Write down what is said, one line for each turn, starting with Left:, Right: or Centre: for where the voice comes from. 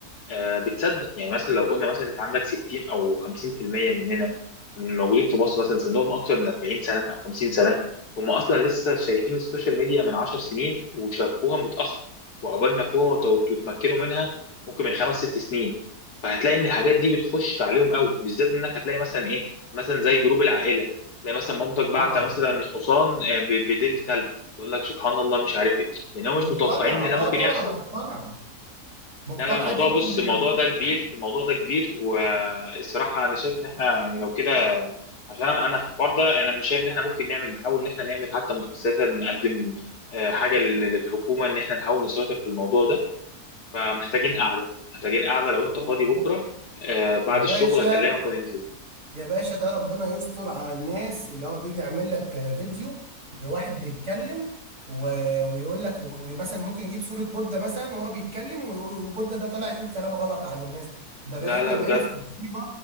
Left: آه، بتصدق يعني مثلا لو قلنا مثلا انت عندك 60 او 50% مننا من الموجودين في مصر مثلا سنهم اكثر من 40 سنه او 50 سنه هم اصلا لسه شايفين السوشيال ميديا من 10 سنين وشافوها متاخر وعقبال ما فهموا وت- وتمكنوا منها ممكن من خمس ست سنين فهتلاقي ان الحاجات دي بتخش عليهم قوي بالذات انك هتلاقي مثلا ايه مثلا زي جروب العائله تلاقي مثلا مامتك بعت
Right: طبعا
Left: مثلا حصان آه، ب- بديل كلب تقول لك سبحان الله مش عارف ايه لان هم مش
Right: مقتنعه
Left: متوقعين ان ده
Right: اه
Left: ممكن
Right: طبعا
Left: يحصل
Right: مقتنعه مقتنعه
Left: لا لا الموضوع
Right: جدا
Left: بص الموضوع
Right: بالفكره
Left: ده كبير
Right: آه.
Left: الموضوع ده كبير والصراحة أنا شايف إن إحنا يعني لو كده عشان أنا أنا في الحوار ده أنا مش شايف إن إحنا ممكن نعمل نحاول إن إحنا نعمل حتى مؤسسة نقدم آه، حاجة لل- للحكومة إن إحنا نحاول نسيطر في الموضوع ده فمحتاجين قعدة محتاجين قعدة لو أنت فاضي
Right: يا رب-
Left: بكرة آه، بعد
Right: يا
Left: الشغل
Right: باشا
Left: هكلمك وننزل
Right: يا باشا ده ربنا يستر على الناس اللي هو بيجي يعمل لك فيديو لواحد بيتكلم و... ويقول لك ومثلا ممكن يجيب صورة بودة مثلا وهو بيتكلم و- وبودة ده طلع يقول كلام غلط عن الناس ده
Left: لا
Right: بقى احنا
Left: لا
Right: بقينا
Left: بجد
Right: في مصيبة